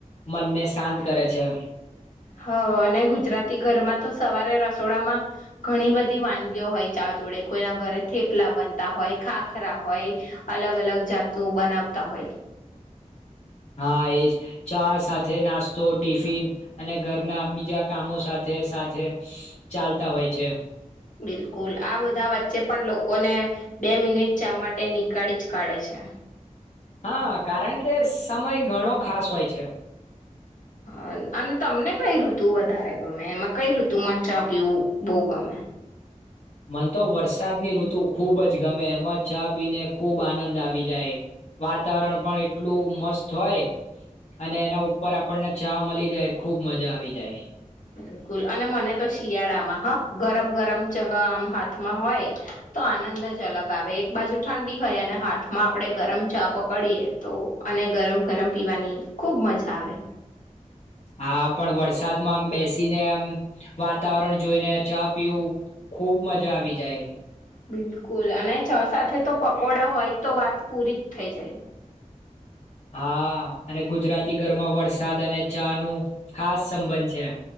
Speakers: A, on the left (about 55°); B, on the left (about 80°).
A: મનને શાંત કરે છે.
B: હ અને ગુજરાતી ઘરમાં તો સવારે રસોડામાં ઘણી બધી વાનગીઓ હોય ચા જોડે કોઈના ઘરે થેપલા બનતા હોય ખાખરા હોય અલગ અલગ જાતું બનાવતા હોય
A: હા એજ ચા સાથે નાસ્તો ટિફિન અને ઘરના બીજા કામો સાથે સાથે ચાલતા હોય છે.
B: બિલકુલ આ બધા વચ્ચે પણ લોકોને બે મિનિટ ચા માટે નીકાળી જ કાઢે છે.
A: હા કારણ કે સમય ઘણો ખાસ હોય છે.
B: આન અને તમને કઈ ઋતુ વધારે ગમે એમાં કઈ ઋતુ મા ચા પીવુ બહુ ગમે?
A: મને તો વરસાદની ઋતુ ખુબ જ ગમે એમાં ચા પીને ખૂબ આનંદ આવી જાય વાતાવરણ પણ એટલું મસ્ત હોય અને એના ઉપ ઉપર આપણને ચા મલી જાય ખુબ મજા આવી જાય.
B: બિલકુલ અને મને તો શિયાળામાં હા ગરમ ગરમ ચાહ આમ હાથમાં હોય તો આન નંદ જ અલગ આવે એક બાજુ ઠંડ બી હોય અને હાથમાં આપડે ગરમ ચા પકડીએ તો અને ગરમ ગરમ પીવાની ખુબ મજા આવે.
A: હા પણ વરસાદમાં આમ બેસીને આમ વાતાવરણ જોઈને ચા પીવું ખુબ મજા આવી જાય.
B: બિલકુલ અને ચા સાથે તો પકોડા હોય તો વાત પૂરી જ થઇ જાય.
A: હા અને ગુજરાતી ઘરમાં વરસાદ અને ચાનું ખાસ સંબંધ છે.